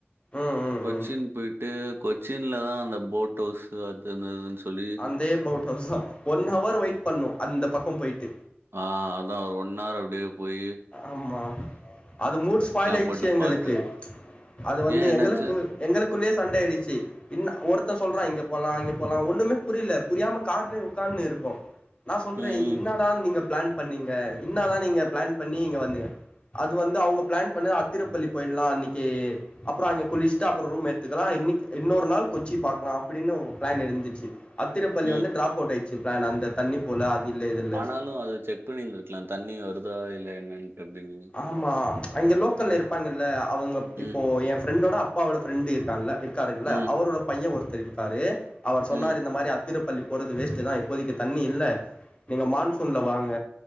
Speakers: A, on the left; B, on the right.
A: ம் ம்
B: கொச்சின்
A: ம்
B: போயிட்டு கொச்சின்லதா அந்த போட் ஹவுஸ் அது என்னதுன்னு சொல்லி
A: பே போட் ஹவுஸ்சோ ஒன் ஹவர் வெயிட் பண்ணோ அந்த பக்கோ போயிட்டு
B: ஆ அதா ஒன் ஹவர் அப்டியே போயி
A: ஆமா அது மூட் ஸ்பாயில் ஆயிச்சி
B: போட்டு
A: எங்களுக்கு
B: பாட்டு.
A: அது வந்து
B: ஏன் என்னாச்சு?
A: எங்களுக்கு எங்களுக்குள்ளேயே சண்ட ஆயிடுச்சி இன்ன ஒருத்தே சொல்றா இங்க போலா அங்க போலா ஒண்ணுமே புரில புரியாம கார்லயே உக்கார்னு இருக்கோ நா சொல்றே
B: ம்,
A: இ
B: ம்,
A: இன்னாடா நீங்க பிளான் பண்ணிங்க இன்னாதா நீங்க பிளான் பண்ணி இங்க வந்திங்க அது வந்து அவுங்க பிளான் பண்ண அத்திரப்பள்ளி போயிடலா அன்னிக்கே அப்பறோ அங்க குளிச்சுட்டு அப்பறோ ரூம் எடுத்துக்கலா இன்னிக் இன்னொரு நாள் கொச்சி பாக்கலா அப்டின்னு பிளான் இருந்துச்சி அத்திரப்பள்ளி
B: ம்.
A: வந்து ட்ராப் போட்டாச்சி பிளான் அந்த தண்ணி போல அது இல்ல இது இல்ல
B: ஆனாலு
A: சோ
B: அதா செக் பண்ணியிந்திருக்கலா தண்ணி வருதா இல்ல என்னன்ட்டு அப்டின்னி
A: ஆமா அங்க லோக்கல்ல இருப்பாங்கல்ல அவுங்க இப்போ
B: ம்,
A: எ ஃப்ரெண்டோட அப் அப்பாவோட ஃப்ரெண்டு இருக்கான்ல இருக்காருல்ல
B: ம்,
A: அவரோட பையே ஒருத்தரு இருக்காரு அவர் சொன்னாரு
B: ம்,
A: இந்த மாரி அத்திரப்பள்ளி போறது வேஸ்ட்டு தா இப்போதைக்கு தண்ணி இல்ல நீங்க மான்சூன்ல வாங்க